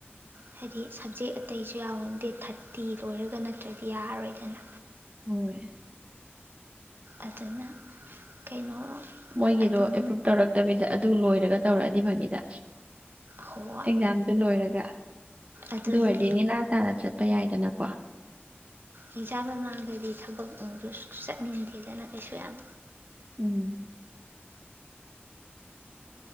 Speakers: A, on the right (about 55°); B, on the right (about 30°).
A: ꯍꯥꯏꯗꯤ ꯁꯞꯖꯦꯛ ꯑꯇꯩꯁꯨ ꯌꯥꯎꯋ ꯗꯦꯠ ꯊꯥꯔꯇꯤ ꯂꯣꯏꯔꯒ ꯅꯠꯇ꯭ꯔꯗꯤ ꯌꯥꯔꯔꯣꯏꯗꯅ
B: ꯍꯣꯏ
A: ꯑꯗꯨꯅ ꯀꯩꯅꯣ
B: ꯃꯣꯏꯒꯤꯗꯣ
A: ꯑꯗꯨꯝ
B: ꯑꯦꯄ꯭ꯔꯨꯨꯞ ꯇꯧꯔꯛꯇꯕꯤꯗ ꯑꯗꯨ ꯂꯣꯏꯔꯒ ꯇꯧꯔꯛꯑꯗꯤꯕꯅꯤꯗ
A: ꯍꯣꯏ
B: ꯑꯦꯛꯖꯥꯝꯗꯨ ꯂꯣꯏꯔꯒ
A: ꯑꯗꯨꯅꯤ
B: ꯑꯗꯨ ꯑꯣꯏꯔꯗꯤ ꯅꯅꯤꯂꯥ ꯇꯥꯅ ꯆꯠꯄ ꯌꯥꯏꯗꯅꯀꯣ
A: ꯑꯦꯟꯁꯥꯡ ꯃꯃꯥꯡꯗꯗꯤ ꯊꯕꯛꯗꯨ ꯆꯠꯅꯤꯡꯗꯦꯗꯅ ꯀꯩꯁꯨ ꯌꯥꯝ
B: ꯎꯝ